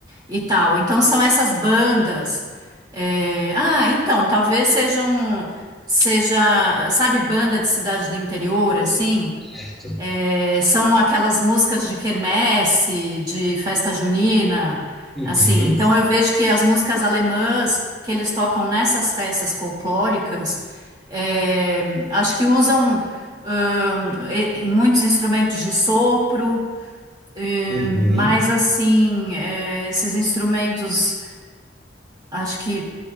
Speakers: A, on the right; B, in the centre.
A: e tal. Então, são essas bandas. É, ah, então, talvez sejam, seja, sabe, banda de cidade do interior, assim?
B: certo.
A: É, são aquelas músicas de quermesse, de festa junina,
B: Uhum,
A: assim. Então eu vejo que as músicas alemãs que eles tocam nessas festas folclóricas, é, acho que usam hum, e- e muitos instrumentos de sopro, hum,
B: uhum,
A: mas assim, é, esses instrumentos acho que,